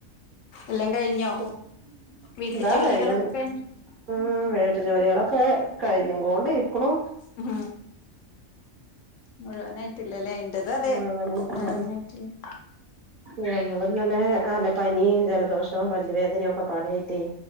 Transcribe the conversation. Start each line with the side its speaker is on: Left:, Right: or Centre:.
Left: എല്ലാം കഴിഞ്ഞോ
Right: ഉ
Left: വീട്ടു
Right: എന്താ
Left: ജോലികളൊക്കെ
Right: കഴിയും ഉ വീട്ടു ജോലികളൊക്കെ കഴിഞ്ഞ കൊണ്ട ഇരിക്കണോ
Left: ഉം മുഴുവനായിട്ടില്ലല്ലേ ഇന്റത് അതെ
Right: മുഴുവനായിട്ടും
Left: മുഴുവനായിട്ടില്ലേ
Right: ഞമ്മന്നല്ലെല്ലെ പനിയും ജലദോഷവും പല്ലുവേദനയും ഒക്കെ പാടട്ടേ